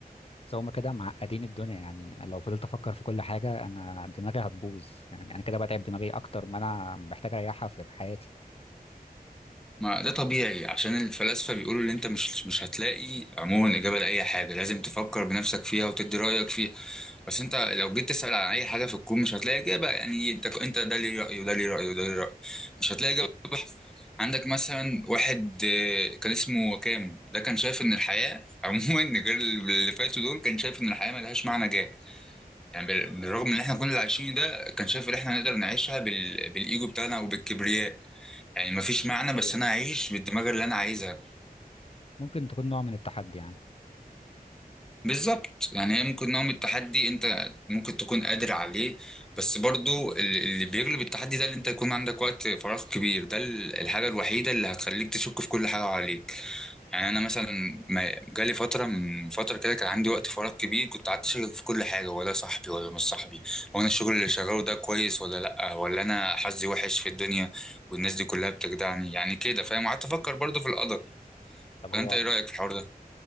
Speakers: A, on the left; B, in the centre.
A: بس هما كده معقدين الدنيا يعني لو فضلت افكر في كل حاجه انا دماغي هتبوظ يعني انا كده بتعب دماغي اكتر ما انا محتاج اريحها في في حياتي
B: ما ده طبيعي عشان الفلاسفه بيقولوا ان انت مش مش هتلاقي عموما اجابه لاي حاجه لازم تفكر بنفسك فيها وتدي رايك فيها بس انت لو جيت تسال عن اي حاجه في الكون مش هتلاقي اجابه يعني انت انت ده ليه راي وده ليه راي وده ليه راي مش هتلاقي إجابة عندك مثلا واحد آه، كان اسمه وكامو ده كان شايف ان الحياه <laughs> عموما غير اللي فاتوا دول كان شايف ان الحياه ملهاش معنى جاه يعني بال- بالرغم ان احنا كنا اللي عايشين ده كان شايف ان احنا نقدر نعيشها بال... بالايجو بتاعنا وبالكبرياء يعني مفيش معنى بس
A: يعني
B: انا اعيش بالدماغ اللي انا عايزها
A: ممكن تكون نوع من التحدي يعني
B: بالظبط يعني هي ممكن نوع من التحدي انت ممكن تكون قادر عليه بس برضو ال- اللي بيغلب التحدي ده اللي انت يكون عندك وقت فراغ كبير ده ال- الحاجة الوحيدة اللي هتخليك تشك في كل حاجة عليك يعني انا مثلا ما جالي فترة من فترة كده كان عندي وقت فراغ كبير كنت قعدت اشك في كل حاجة هو ده صاحبي ولا مش صاحبي هو انا الشغل اللي شغاله ده كويس ولا لا ولا انا حظي وحش في الدنيا والناس دي كلها بتجدعني يعني كده فاهم قعدت افكر برضو في القدر
A: طب
B: فانت
A: هو
B: ايه رأيك في الحوار ده